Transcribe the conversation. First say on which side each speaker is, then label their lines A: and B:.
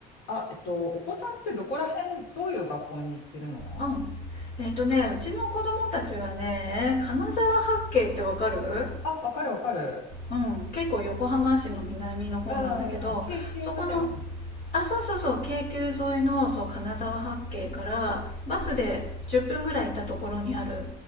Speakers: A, on the left; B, on the left.
A: あ、えっと、お子さんってどこら辺、どういう学校に行ってるの
B: うんえっとねうちの子供たちはね金沢八景ってわかる
A: あ、わかるわかる。
B: うん結構横浜市の南の方なんだけどそこの
A: うん、経験それだよね。
B: あそうそうそう京急沿いのそう金沢八景からバスで10分ぐらい行ったところにある